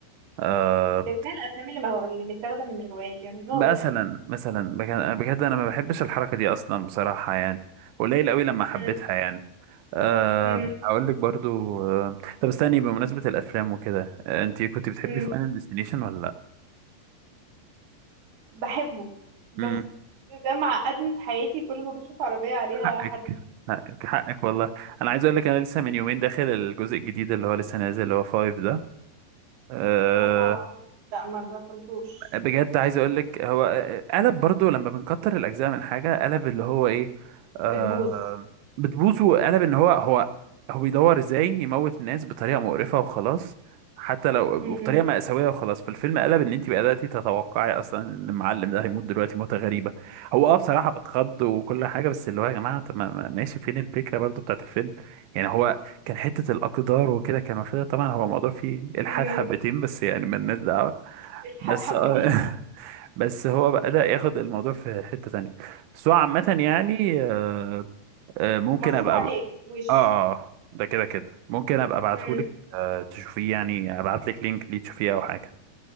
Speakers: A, on the right; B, on the right.
A: أه
B: ده كفايه الافلام اللي ما هو اللي متاخده من روايات بيعملوها
A: مثلا
B: وحشه يعني
A: مثلا بجد بجد انا ما بحبش الحركه دي اصلا بصراحه يعني قليل قوي لما حبيتها
B: مم.
A: يعني أه
B: مم.
A: هقول لك برضو أه طب استني بمناسبة الأفلام وكده أه انت كنت بتحبي
B: مم.
A: فاينل ديستنيشن ولا لأ؟
B: بحبه بس
A: امم
B: ده معقدني في حياتي كل ما بشوف عربيه عليها
A: حقك
B: حديد
A: حقك حقك والله أنا عايز أقول لك أنا لسه من يومين داخل الجزء الجديد اللي هو لسه نازل اللي هو فايف ده آه،
B: بصراحه لا ما دخلتوش
A: بجد عايز اقول لك هو قلب برضو لما بنكتر الاجزاء من حاجه قلب اللي هو ايه آه
B: بتبوظ
A: بتبوظ وقلب ان هو هو هو بيدور ازاي يموت الناس بطريقه مقرفه وخلاص حتى لو
B: مم.
A: بطريقه مأساويه وخلاص فالفيلم قلب ان انت بدأتي تتوقعي اصلا ان المعلم ده هيموت دلوقتي موته غريبه هو اه بصراحه بتخض وكل حاجه بس اللي هو يا جماعه طب ما ما- ماشي فين الفكره برضو بتاعت الفيلم يعني هو كان حته الاقدار وكده كان واخدها طبعا هو الموضوع فيه الحاد
B: مم.
A: حبتين بس يعني مالناش دعوه
B: الحاد
A: بس
B: حبتين
A: اه <laughs> بس هو بدأ ياخد الموضوع في حتة تانية بس هو عامة يعني آه، آه، ممكن
B: مصروف
A: ابقى
B: عليه
A: ب-
B: وش
A: اه آه، ده كده كده ممكن ابقى ابعتهولك
B: مم.
A: آه، تشوفيه يعني ابعتلك لينك ليه تشوفيه او حاجة